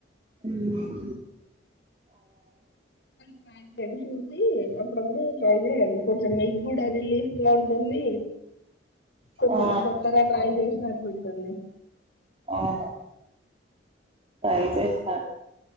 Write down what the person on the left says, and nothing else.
ట్రై చూసి అప్పుడప్పుడు ట్రై చేయండి కొంచెం మీకు కూడా తెలుస్తాది. రిలీఫ్గా ఉంటుంది. కొంచెం
కొత్తగా ట్రై చేసినట్టు ఉంటుంది.